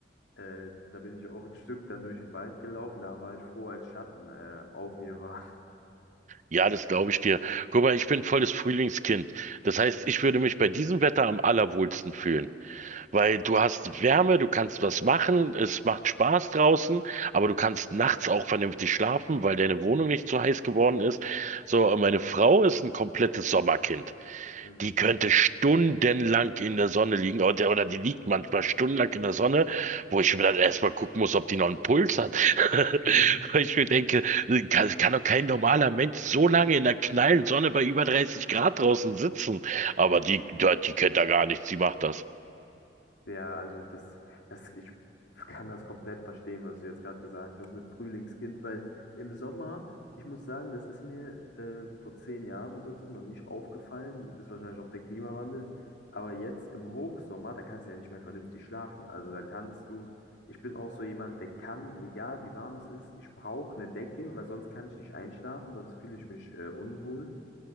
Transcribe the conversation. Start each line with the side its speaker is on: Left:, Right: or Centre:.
Left: Äh, da bin ich auch ein Stück dann durch den Wald gelaufen. Da war ich froh, als Schatten äh, auf mir war. <laughs>
Right: Ja, das glaube ich dir. Guck mal, ich bin volles Frühlingskind. Das heißt, ich würde mich bei diesem Wetter am allerwohlsten fühlen, weil du hast Wärme, du kannst was machen, es macht Spaß draußen, aber du kannst nachts auch vernünftig schlafen, weil deine Wohnung nicht zu heiß geworden ist. So, und meine Frau ist ein komplettes Sommerkind.
Left: Mhm.
Right: Die könnte stundenlang in der Sonne liegen, oder, oder die liegt manchmal stundenlang in der Sonne, wo ich mir dann erstmal gucken muss, ob die noch einen Puls hat. <laughs>
Left: <laughs>
Right: Weil ich mir denke, kann, kann doch kein normaler Mensch so lange in der knallen Sonne bei über 30 Grad draußen sitzen. Aber die, die, die kennt da gar nichts, die macht das.
Left: Ja, also das, das, ich kann das komplett verstehen, was du jetzt gerade gesagt hast mit Frühlingskind, weil im Sommer, ich muss sagen, das ist mir äh, vor zehn Jahren oder so noch nicht aufgefallen, ist wahrscheinlich auch der Klimawandel, aber jetzt im Hochsommer, da kannst du ja nicht mehr vernünftig schlafen. Also da kannst du, ich bin auch so jemand, der kann, egal wie warm es ist, ich brauche eine Decke, weil sonst kann ich nicht einschlafen, sonst fühle ich mich äh, unwohl.